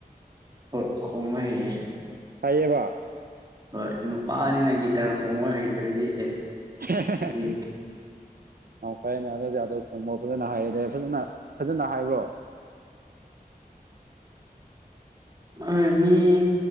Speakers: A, on the right; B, on the right.
A: ꯍꯣꯏ ꯈꯣꯡꯕ ꯍꯩꯌꯦ
B: ꯍꯩꯌꯦꯕ
A: ꯍꯣꯏ ꯅꯨꯄꯥꯅꯤꯅ ꯒꯤꯇꯔ ꯈꯣꯡꯕ ꯍꯩꯇ꯭ꯔꯗꯤ ꯑꯦ
B: <inaudible>
A: ꯁꯤꯗꯤ
B: ꯅ ꯐꯩꯅꯦ ꯑꯗꯨꯗ ꯈꯣꯡꯕ ꯐꯖꯅ ꯍꯥꯏꯌꯦꯗ ꯐꯖꯅ ꯐꯖꯅ ꯍꯥꯏꯕ꯭ꯔꯣ
A: ꯑ ꯃꯤ